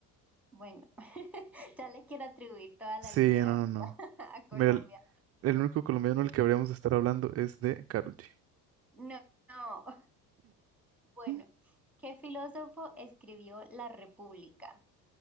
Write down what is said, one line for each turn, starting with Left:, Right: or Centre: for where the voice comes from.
Centre: Bueno, <laughs> ya le quiero atribuir toda la
Right: Sí,
Centre: literatura
Right: no, no, no.
Centre: <laughs> a Colombia.
Right: Mira, el, el único colombiano del que habríamos de estar hablando es de Karol G.
Centre: No, no. Bueno,
Right: Mm.
Centre: ¿qué filósofo escribió La República?